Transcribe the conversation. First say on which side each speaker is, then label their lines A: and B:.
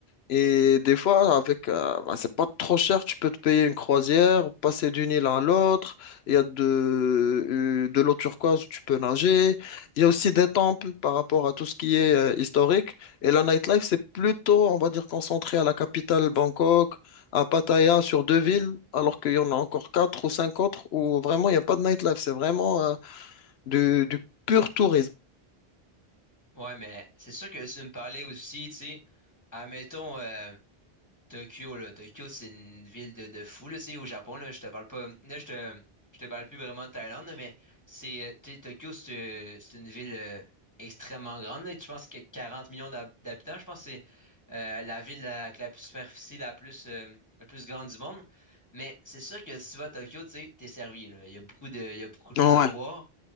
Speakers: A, on the left (about 80°); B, on the left (about 15°).
A: Et des fois, avec, euh, bah, c'est pas trop cher, tu peux te payer une croisière, passer d'une île à l'autre. Il y a de, euh, de l'eau turquoise où tu peux nager. Il y a aussi des temples par rapport à tout ce qui est euh, historique. Et la nightlife, c'est plutôt, on va dire, concentré à la capitale Bangkok. à Pattaya sur deux villes, alors qu'il y en a encore quatre ou cinq autres où vraiment il n'y a pas de nightlife. C'est vraiment euh, du, du pur tourisme.
B: Ouais, mais c'est sûr que tu me parlais aussi, tu sais, admettons, euh, Tokyo, là. Tokyo, c'est une ville de, de fou, là. Tu sais, au Japon, là, je te parle pas. Là, je te, je te parle plus vraiment de Thaïlande, là, mais c'est, euh, tu sais, Tokyo, c'est euh, c'est une ville euh, extrêmement grande, là. Tu penses que y 40 millions d'hab- d'habitants. Je pense que c'est euh, la ville la- avec la superficie la plus, euh, la plus grande du monde. Mais c'est sûr que si tu vas à Tokyo, tu sais, t'es servi, là. Il y a beaucoup de, il y a beaucoup de choses
A: Ouais,
B: à voir.